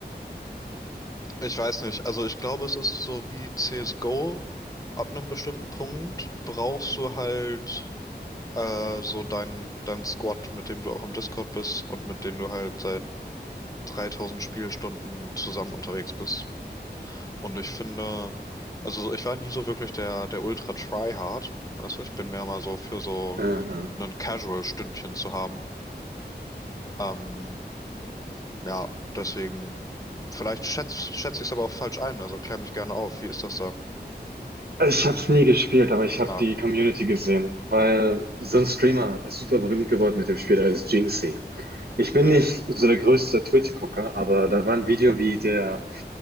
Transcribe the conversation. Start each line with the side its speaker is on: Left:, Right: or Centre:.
Left: ich weiß nicht, also ich glaube, es ist so wie CSGO, ab einem bestimmten Punkt brauchst du halt äh, so dein, dein Squad, mit dem du auch im Discord bist und mit dem du halt seit 3000 Spielstunden zusammen unterwegs bist. Und ich finde, also so- ich war nie so wirklich der, der Ultra Tryhard. Weißt du, ich bin mehr mal so für so
Right: äh, äh.
Left: ein Casual-Stündchen zu haben. Ähm, ja, deswegen, vielleicht schätze schätz schätz ich es aber auch falsch ein, also klär mich gerne auf. Wie ist das da?
Right: Ich habe es nie gespielt, aber ich habe
Left: Ah,
Right: die
Left: okay.
Right: Community gesehen, weil so ein Streamer ist super berühmt geworden mit dem Spiel, der heißt Jinxie. Ich bin
Left: Okay.
Right: nicht so der größte Twitch-Gucker, aber da war ein Video, wie der,